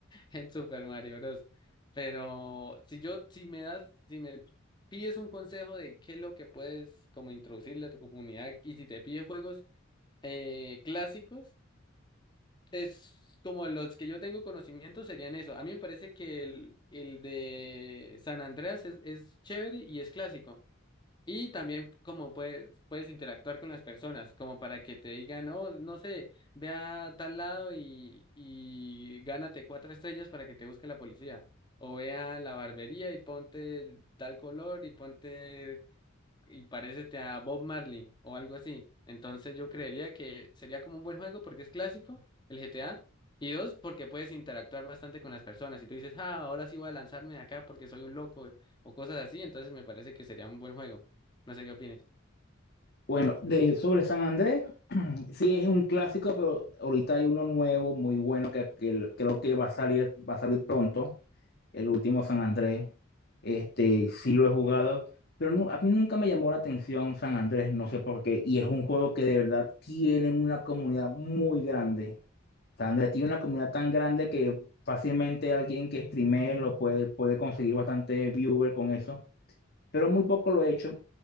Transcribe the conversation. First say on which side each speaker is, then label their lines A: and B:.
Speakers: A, on the left; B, on the left.
A: en Super Mario Bros. Pero si yo, si me das, si me pides un consejo de qué es lo que puedes como introducirle a tu comunidad y si te pides juegos eh, clásicos, es como los que yo tengo conocimiento serían eso. A mí me parece que el, el de San Andreas es, es chévere y es clásico. Y también como puedes, puedes interactuar con las personas, como para que te digan, oh, no sé, ve a tal lado y, y gánate cuatro estrellas para que te busque la policía. O ve a la barbería y ponte tal color y ponte y parécete a Bob Marley o algo así. Entonces yo creería que sería como un buen juego porque es clásico, el GTA, y dos, porque puedes interactuar bastante con las personas. Y tú dices, ah, ahora sí voy a lanzarme de acá porque soy un loco o cosas así, entonces me parece que sería un buen juego. No sé qué opines.
B: Bueno, de, sobre San Andrés, <clears throat> sí es un clásico, pero ahorita hay uno nuevo, muy bueno, que, que el- creo que va a salir, va a salir pronto, el último San Andrés. Este, sí lo he jugado, pero nu- a mí nunca me llamó la atención San Andrés, no sé por qué, y es un juego que de verdad tiene una comunidad muy grande. San Andrés tiene una comunidad tan grande que fácilmente alguien que streamee lo puede, puede conseguir bastante viewer con eso pero muy poco lo he hecho.